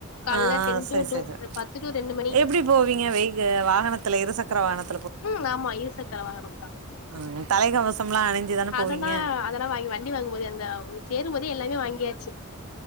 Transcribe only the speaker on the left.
கால்ல
டென்
டூ டூ
பத்து டூ ரெண்டு மணி
உம் ஆமா இருசக்கர வாகனம் தான்
அதெல்லாம்
அதெல்லாம் வாங்கி வண்டி வாங்கும்போது அந்த சேரும்போதே எல்லாமே வாங்கியாச்சு